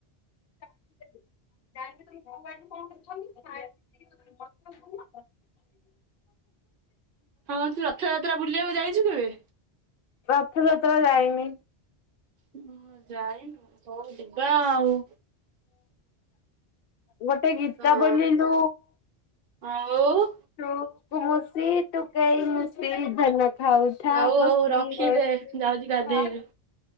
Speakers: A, on the left; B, on the right.
A: <unintelligible>
B: ହଁ, ତୁ ରଥଯାତ୍ରା ବୁଲିବାକୁ ଯାଇଛୁ କେବେ?
A: ରଥଯାତ୍ରା ଯାଇନି।
B: ଉଁ ଯାଇନୁ ହୋଉ ଯିବା ଆଉ।
A: ଗୋଟେ ଗୀତ
B: ହଁ
A: ବୋଲିଲୁ
B: ଆଉ
A: ଟୁକୁ ମୁସି ଟୁକେଇ ମୁଶି ଧାନ ଖା ଉଥା
B: ଆଉ
A: ବସି
B: ହଉ ରଖିଦେ
A: ବସି
B: ଯାଉଛି ଗାଧେଇବି।